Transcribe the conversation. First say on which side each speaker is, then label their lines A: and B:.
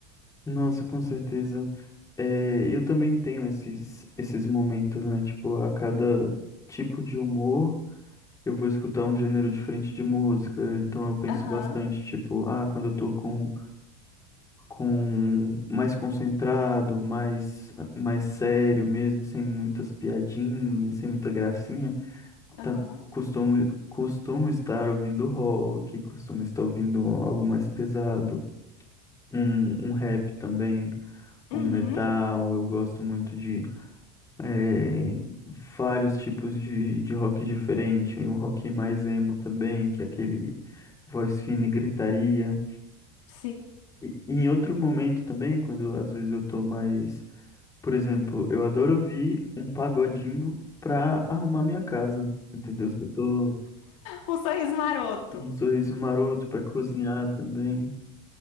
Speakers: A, on the left; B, on the left.
A: Nossa, com certeza. É, eu também tenho esses, esses momentos, né? Tipo, a cada tipo de humor, eu vou escutar um gênero diferente de música. Então eu penso
B: Aham,
A: bastante, tipo, ah, quando eu tô com, com mais concentrado, mais, mais sério mesmo, sem muitas piadinhas, sem muita gracinha,
B: aham.
A: tá- costumo, costumo estar ouvindo rock, costumo estar ouvindo algo mais pesado, um, um rap também um
B: Uhum,
A: metal, eu gosto muito de eh, vários tipos de, de rock diferente, um rock mais emo também, que é aquele voz fina e gritaria.
B: sim.
A: E, e em outro momento também, quando às vezes eu tô mais, por exemplo, eu adoro ouvir um pagodinho pra arrumar minha casa, entendeu? Se eu tô
B: Um sorriso maroto.
A: em um sorriso maroto pra cozinhar também,